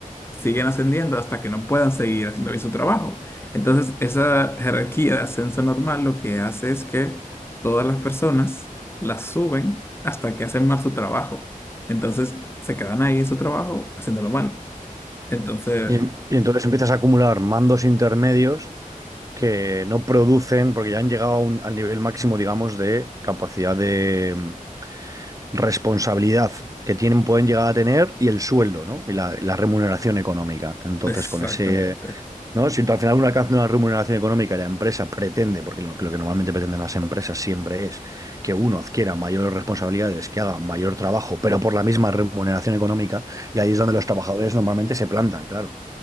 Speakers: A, on the left; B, on the right.
A: siguen ascendiendo hasta que no puedan seguir haciendo bien su trabajo. Entonces, esa jerarquía de ascenso normal lo que hace es que todas las personas las suben hasta que hacen mal su trabajo. Entonces, se quedan ahí en su trabajo haciéndolo mal. Entonces,
B: Y, en- y entonces empiezas a acumular mandos intermedios que no producen, porque ya han llegado a un- al nivel máximo, digamos, de capacidad de mm, responsabilidad que tienen, pueden llegar a tener y el sueldo, ¿no? Y la, la remuneración económica. Entonces,
A: exactamente,
B: con ese ¿no? Si tú al final uno alcanza una remuneración económica y la empresa pretende, porque lo, lo que normalmente pretenden las empresas siempre es que uno adquiera mayores responsabilidades, que haga mayor trabajo, pero por la misma remuneración económica, y ahí es donde los trabajadores normalmente se plantan, claro.